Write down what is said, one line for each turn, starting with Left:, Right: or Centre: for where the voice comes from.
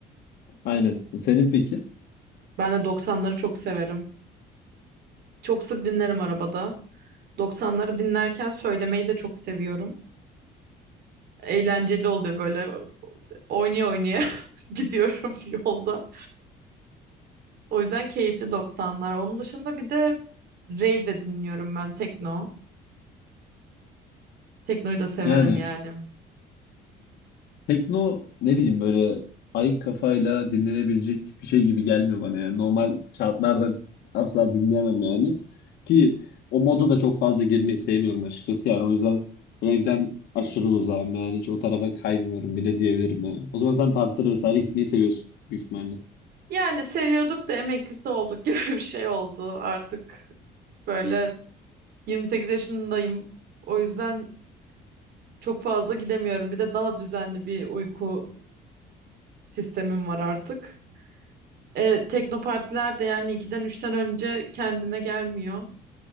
Left: Aynen. Senin peki?
Right: Ben de doksanları çok severim. Çok sık dinlerim arabada. Doksanları dinlerken söylemeyi de çok seviyorum. Eğlenceli oluyor böyle oynaya oynaya <laughs> gidiyorum yolda. O yüzden keyifli doksanlar. Onun dışında bir de rave de dinliyorum ben tekno. Teknoyu da severim
Left: Yani
Right: yani.
Left: Tekno ne bileyim böyle ayık kafayla dinlenebilecek bir şey gibi gelmiyor bana yani. Normal şartlarda asla dinleyemem yani. Ki o moda da çok fazla girmeyi sevmiyorum açıkçası yani. O yüzden evden aşırı uzağım yani. Hiç o tarafa kaymıyorum bile diyebilirim yani. O zaman sen partilere vesaire gitmeyi seviyorsun büyük ihtimalle.
Right: Yani seviyorduk da emeklisi olduk <laughs> gibi bir şey oldu artık. Böyle 28 yaşındayım. O yüzden çok fazla gidemiyorum. Bir de daha düzenli bir uyku sistemim var artık. E, tekno partiler de yani 2'den 3'ten önce kendine gelmiyor.